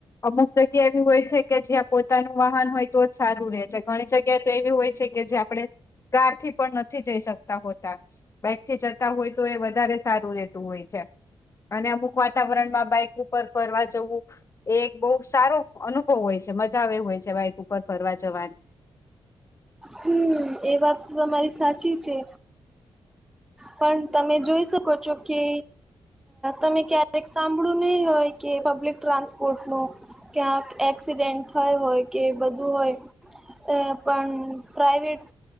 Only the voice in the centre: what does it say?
હમ એ વાત તો તમારી સાચી છે. પણ તમે જોઈ શકો છો કે તમે ક્યારેક સાંભળો નહીિ હોય કે પબ્લિક ટ્રાન્સપોર્ટ ન ક્યાંક એક્સિડેન્ટ થાય હોય કે બધું હોય પણ પ્રઇવેટ